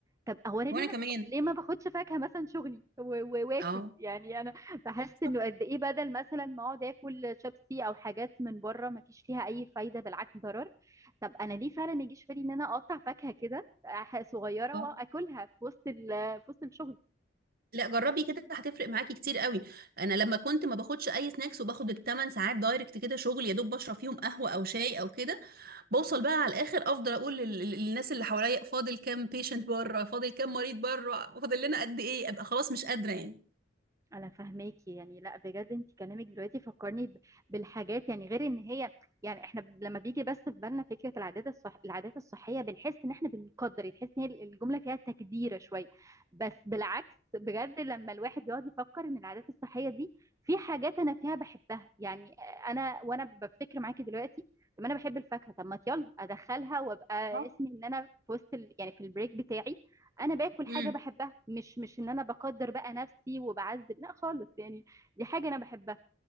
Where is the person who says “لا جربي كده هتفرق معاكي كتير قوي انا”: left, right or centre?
Right